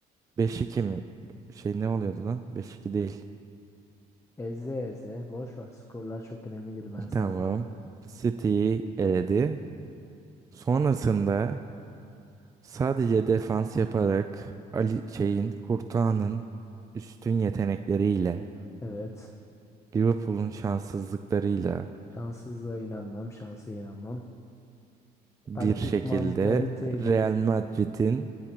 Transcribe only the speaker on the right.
5-2 mi? Şey ne oluyordu lan? 5-2 değil.
<laughs>
Tamam.
City'yi eledi. Sonrasında sadece defans yaparak Ali şeyin Courtois'ın üstün yetenekleriyle
Liverpool'un şanssızlıklarıyla
bir
şekilde
Real Madrid'in